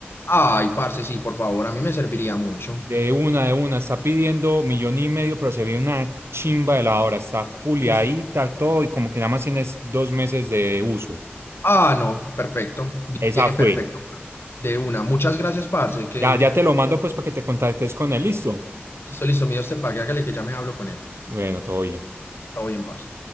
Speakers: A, on the left; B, on the right.
A: Ay, parce, sí, por favor, a mí me serviría mucho.
B: De una, de una, está pidiendo millón y medio, pero se ve una chimba de la hora, está fuliadita,
A: Uf.
B: todo, y como que nada más tienes dos meses de uso.
A: Ah, no, perfecto.
B: Esa
A: Viene
B: fue.
A: perfecto, parce. De una. Muchas gracias, parce. Que
B: Ya, ya te lo mando pues para que te contactes con él, listo.
A: listo, listo, mío, te pague. Hágale que ya me hablo con él.
B: Bueno, todo bien.
A: Todo bien, parce.